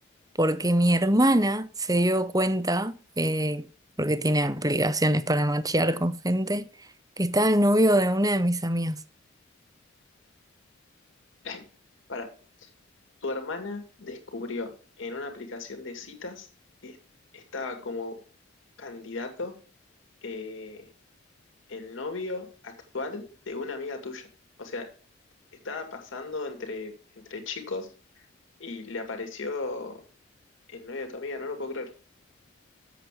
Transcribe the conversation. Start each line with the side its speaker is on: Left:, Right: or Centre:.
Right: porque mi hermana se dio cuenta, eh, porque tiene aplicaciones para machear con gente, que está el novio de una de mis amigas.
Left: <laughs> Para, tu hermana descubrió en una aplicación de citas que estaba como candidato eh, el novio actual de una amiga tuya. O sea, estaba pasando entre, entre chicos y le apareció el novio de tu amiga, no lo puedo creer.